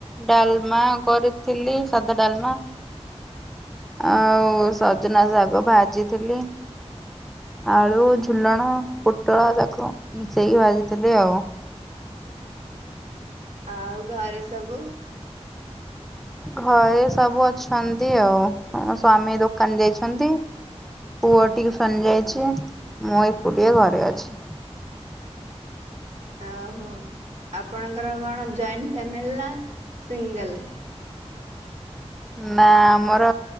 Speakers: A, in the centre; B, on the right.
A: ଡାଲମା କରିଥିଲି ସାଦା ଡ଼ାଲମା
B: ହଁ
A: ଆଉ ସଜନା ଶାଗ ଭାଜିଥିଲି। ଆଳୁ ଝୁଲଣ, ପୋଟଳ ତାକୁ ମିଶେଇକି ଭାଜିଥିଲି ଆଉ।
B: ଆଉ ଘରେ ସବୁ
A: ଘରେ ସବୁ ଅଛନ୍ତି ଆଉ ଆଉ ସ୍ଵାମୀ ଦୋକାନ ଯାଇଛନ୍ତି ପୁଅ ଟିଉସନ ଯାଇଛି ମୁଁ ଏକୁଟିଏ ଘରେ ଅଛି।
B: ଆ ହୋ। ଆପଣଙ୍କର କଣ ଜଏଣ୍ଟ ଫାମିଲି ନା ସିଙ୍ଗଲ?
A: ନା ଆମର